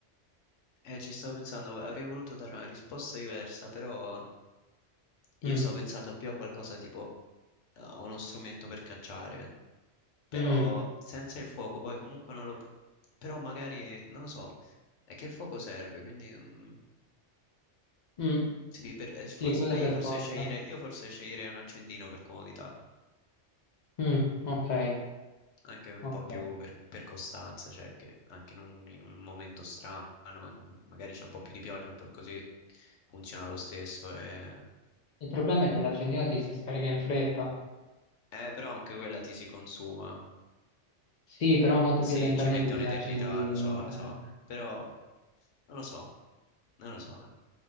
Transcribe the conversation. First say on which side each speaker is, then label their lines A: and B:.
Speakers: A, on the left; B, on the left.
A: Eh, ci stavo pensando, avrei voluto dare una risposta diversa, però io
B: Mm,
A: stavo pensando più a qualcosa tipo eh, a uno strumento per cacciare. Però
B: mm,
A: senza il fuoco poi comunque non lo... pu- Però magari, non lo so, è che il fuoco serve, quindi... mm,
B: mm.
A: sì, per- eh,
B: Sì,
A: forse-
B: quello
A: no, io
B: per
A: forse
B: forza.
A: sceglierei, io forse sceglierei un accendino per comodità,
B: Mm, ok,
A: anche un
B: ok.
A: po' più per, per costanza, cioè che anche in un, in un momento strano, in cui magari c'è un po' più di pioggia, un po' così, funziona lo stesso. E...
B: Il problema è che l'accendino ti si scarica in fretta.
A: Eh, però anche quella ti si consuma.
B: Sì, però molto
A: Mm, Sì,
B: più lentamente
A: ci mette
B: di
A: un'eternità,
B: un accendino.
A: lo so, lo
B: eh.
A: so, però non lo so, non lo so.